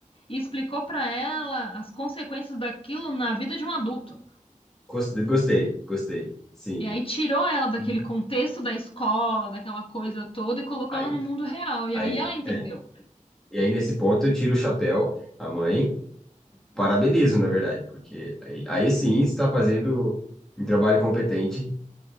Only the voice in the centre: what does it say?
gostei, gostei, gostei, sim.
E
aí,
aí,
é. E aí, nesse ponto, eu tiro o chapéu à mãe Parabenizo, na verdade, porque aí, aí sim está fazendo um trabalho competente